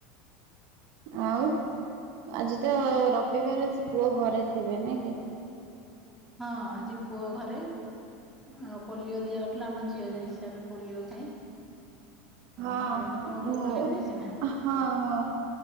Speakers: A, on the right; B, in the centre.
A: ଆଉ ଆଜି ତ ରବିବାର ପୁଅ ଘରେ ଥିବେ ନ କି?
B: ହଁ ଆଜି ପୁଅ ଘରେ ଆଉ ପୋଲିଓ ଦିଆ ହଉଥିଲା ଆମ ଝିଅ ଯାଇଥିଲା ଏବେ ପୋଲିଓ ଖାଇ।
A: ହଁ
B: ପୋଲିଓ ଖା ତମ
A: ମୁଁ
B: ପୁଅ ପୋଲିଓ ଖାଇଛି ନା
A: ହଁ ହଁ।